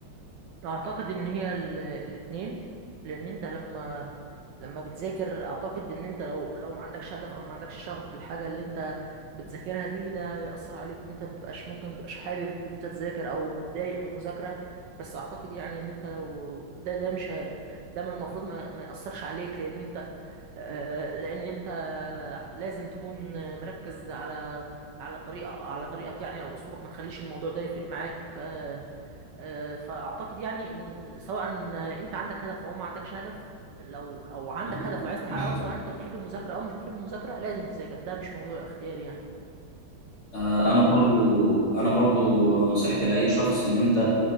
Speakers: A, on the right; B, on the left.
A: اعتقد ان هي ال- الاتنين لان انت لما لما بتذاكر اعتقد ان انت لو لو ما عندكش هدف او ما عندكش شغف بالحاجة اللي انت بتذاكرها دي ده هيأثر عليك ان انت متبقاش ممكن متبقاش حابب ان انت تذاكر او متضايق من المذاكرة بس اعتقد يعني ان انت لو ده ده مش هي- ده من المفروض ما, ما يأثرش عليك لان انت آه، لان انت لازم تكون مركز على على طريقه على طريقك يعني او اسلوبك ما تخليش الموضوع ده يفرق معاك آه، آه، فاعتقد يعني ان الم- سواء انت عندك هدف او ما عندكش هدف لو لو عندك
B: كده
A: هدف وعايز تحققه سواء انت بتحب المذاكره او مش بتحب المذاكره لازم تذاكر ده مش موضوع اختياري يعني
B: آه،
A: ده
B: انا برضو
A: ده رايي يعني.
B: انا برضو نصيحتي لاي شخص ان انت